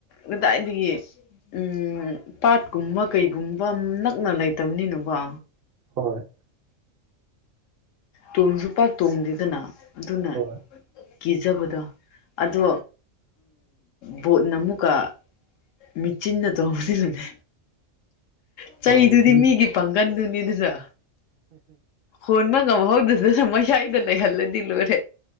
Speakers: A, on the left; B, on the right.
A: ꯀꯗꯥꯏꯗꯒꯤ ꯎ ꯄꯥꯠꯀꯨꯝꯕ ꯀꯩꯒꯨꯝꯕ ꯅꯛꯅ ꯂꯩꯇꯕꯅꯤꯅꯀꯣ
B: ꯍꯣꯏ
A: ꯇꯨꯡꯁꯨꯄꯥ ꯇꯣꯡꯗꯗꯅ ꯑꯗꯨꯅ
B: ꯍꯣꯏ
A: ꯀꯤꯖꯕꯗꯣ ꯑꯗꯣ ꯕꯣꯠꯅ ꯑꯃꯨꯛꯀ ꯃꯤꯠꯆꯤꯟꯅ ꯇꯣꯡꯧꯕꯗꯨꯅꯅꯦ ꯎ ꯆꯩꯗꯨꯗꯤ
B: ꯍꯣꯏ ꯍꯤ
A: ꯃꯤꯒꯤ ꯄꯥꯡꯒꯟꯗꯨꯅꯤ ꯖ ꯍꯣꯟꯕ ꯉꯝꯍꯧꯗꯗ ꯃꯣꯏ ꯁꯥꯏꯗ ꯂꯩ ꯍꯂꯗꯤꯂ ꯑꯣꯏ